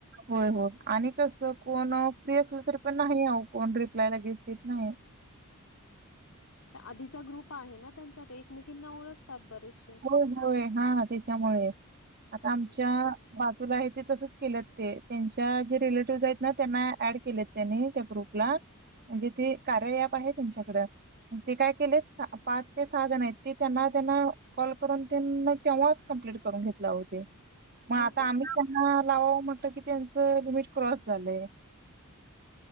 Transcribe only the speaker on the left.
आधीचा ग्रुप आहे ना त्यांचा ते एकमेकींना ओळखतात बरेचसे.
हम्म.
हो का?